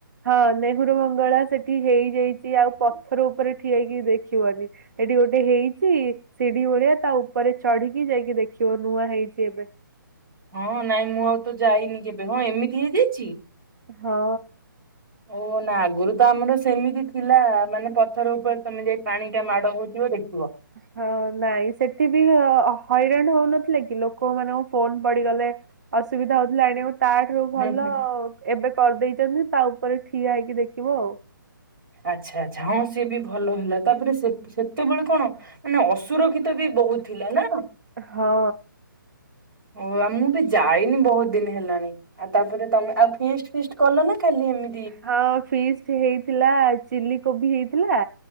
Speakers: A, on the right; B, on the right.
A: ହଁ ନେହରୁ ବଙ୍ଗଳା ସେଠି ହେଇଯାଇଛି ଆଉ ପଥର ଉପରେ ଠିଆ ହେଇକି ଦେ ଦେଖିବନି ଏଠି ଗୋଟେ ହେଇଛିି ସିଢି ଭଳିଆ ତା ଉପରେ ଚଢିକି ଯାଇକି ଦେଖିବ ନୂଆ ହେଇଛି ଏବେ।
B: ହଁ ନାଇଁ ମୁଁ ଆଉ ତ ଯାଇନି କେବେ ହଁ ଏମିତି ହେଇଯାଇଛି।
A: ହଁ।
B: ଓହୋ ନା ଆଗରୁ ତ ଆମର ସେମିତି ଥିଲା ମାନେ ପଥର ଉପରେ ତମେ ଯାଇ ପାଣିଟା ମାଡ଼ ହଉଥିବ ଦେଖିବ।
A: ହଁ ନାଇଁ ସେଠି ବି ହଇରାଣ ହଉନଥିଲେ କି ଲୋକମାନଙ୍କ ଫୋନ ପଡିଗଲେ ଅସୁବିଧା ହଉଥିଲା ଆଣିବାକୁ। ତା ଠାରୁ ଭଲ
B: ହୁଁ ହୁଁ
A: ଏବେ କରିଦେଇଛନ୍ତି ତା ଉପରେ ଠିଆ ହେଇକି ଦେଖିବ ଆଉ।
B: ଆଚ୍ଛା ଆଛା ହଁ ସିଏ ବି ଭଲ ହେଲା ତାପରେ ସେ ସେତେବେଳେ କଣ? ମାନେ ଅସୁରକ୍ଷିତ ବି ବହୁତ ଥିଲା ନା?
A: ହଁ।
B: ଓ ଆ ମୁଁ ବି ଯାଇନି ବହୁତ ଦିନ ହେଲାଣି। ଆଉ ତାପରେ ତମେ ଆଉ ଫିଷ୍ଟ ଫିଷ୍ଟ କଲ ନା ଖାଲି ଏମି
A: ହଁ ଫିଷ୍ଟ ହେଇଥିଲା ଚିଲ୍ଲି କୋବି ହେଇଥିଲା